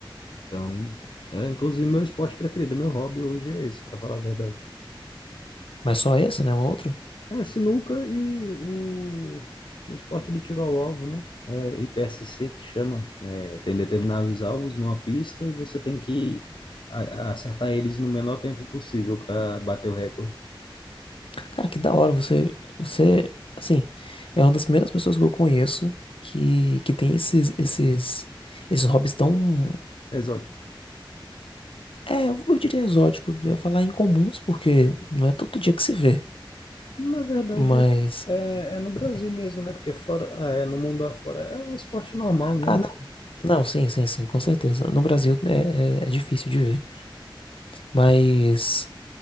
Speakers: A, on the left; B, on the left.
A: Então, é, inclusive, meu esporte preferido, meu hobby hoje é esse, pra falar a verdade.
B: Mas só esse, né? O outro?
A: É, sinuca e o o esporte do tiro ao alvo, né? É IPSC que chama. É, tem determinados alvos numa pista e você tem que a- acertar eles no menor tempo possível para bater o recorde.
B: Cara, que da hora você, você, assim, é uma das primeiras pessoas que eu conheço que, que tem esses, esses, esses hobbies tão,
A: Exótico.
B: é, eu diria exótico, eu ia falar incomuns, porque não é todo dia que se vê,
A: Na verdade,
B: mas,
A: é, é é no Brasil mesmo, né? Porque fora, é, no mundo afora é um esporte normal, né?
B: ah, não, não, sim, sim, sim, com certeza, no Brasil é, é, é difícil de ver, mas